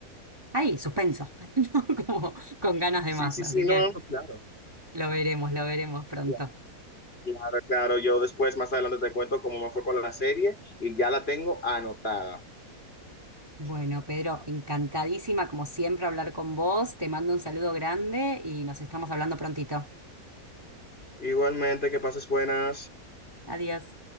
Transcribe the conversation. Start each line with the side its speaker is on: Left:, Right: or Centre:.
Right: Ahí, suspenso, <laughs> ¿no? Como con ganas de
Left: Sí,
Right: más,
Left: sí,
Right: así
Left: sí,
Right: que
Left: no, no, no, claro,
Right: lo veremos, lo veremos pronto.
Left: claro, claro, claro. Yo después, más adelante, te cuento cómo me fue con la serie y ya la tengo anotada.
Right: Bueno, Pedro, encantadísima como siempre hablar con vos, te mando un saludo grande y nos estamos hablando prontito.
Left: Igualmente, que pases buenas.
Right: Adiós.